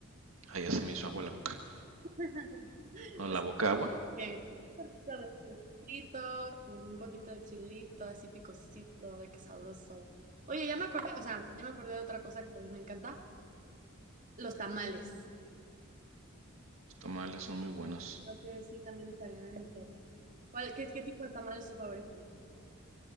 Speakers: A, on the right; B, on the right.
A: Ay, ya se me hizo agua la boca.
B: <laughs>
A: O
B: Pues
A: la boca
B: sí,
A: agua.
B: que un poquito de chilito, con un poquito de chilito, así picosito, de que sabroso. Oye, ya me acordé, o sea, ya me acordé de otra cosa que también me encanta, los tamales.
A: Los tamales son muy buenos.
B: Creo que sí, también estarían en el top. ¿Cuál, qué, qué tipo de tamal es su favorito?